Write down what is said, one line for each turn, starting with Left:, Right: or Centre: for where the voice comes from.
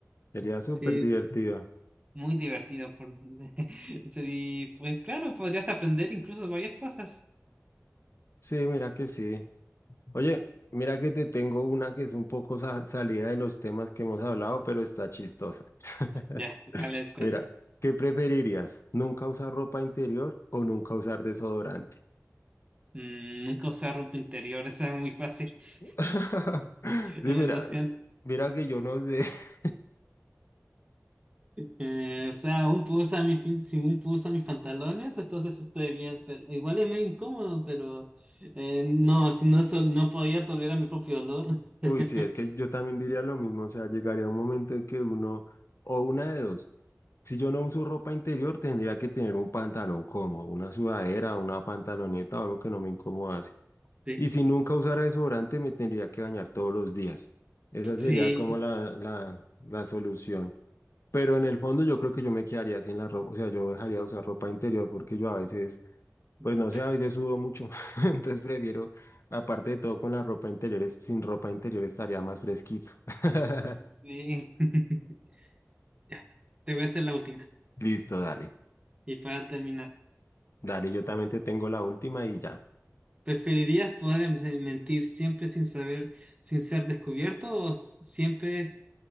Left: sería súper
Right: sí,
Left: divertido.
Right: Muy divertido. Por... <laughs> Y pues claro, podrías aprender incluso varias cosas.
Left: Sí, mira que sí. Oye, mira que te tengo una que es un poco sa- salida de los temas que hemos hablado, pero está chistosa. <laughs>
Right: Ya, ¿cuál es cuenta?
Left: Mira, ¿qué preferirías? ¿Nunca usar ropa interior o nunca usar desodorante?
Right: Mm, nunca usar ropa interior, <laughs> esa es muy fácil. <laughs>
Left: <laughs> Sí,
Right: Eh,
Left: mira,
Right: lo siento.
Left: mira que yo no sé. <laughs>
Right: Eh, o sea, un puedo usar mis, pin- si un puedo usar mis pantalones, entonces estoy bien, pero igual es medio incómodo, pero eh, no, si no, sol- no podía tolerar mi propio olor. <laughs>
Left: Uy, sí, es que yo también diría lo mismo. O sea, llegaría un momento en que uno, o una de dos. Si yo no uso ropa interior, tendría que tener un pantalón cómodo, una sudadera, una pantaloneta o algo que no me incomodase.
Right: Sí.
Left: Y si nunca usara desodorante, me tendría que bañar todos los días. Esa sería
Right: Sí,
Left: como la, la, la solución. Pero en el fondo yo creo que yo me quedaría sin la ropa, o sea, yo dejaría de usar ropa interior porque yo a veces
Right: Mm.
Left: Pues no sé, a veces sudo mucho, <laughs> entonces prefiero, aparte de todo, con la ropa interior, es- sin ropa interior estaría más fresquito. <laughs>
Right: sí. <laughs> Ya, te voy a hacer la última.
Left: Listo, dale,
Right: Y para terminar,
Left: dale, yo también te tengo la última y ya.
Right: ¿preferirías poder em- mentir siempre sin saber, sin ser descubierto o s- siempre,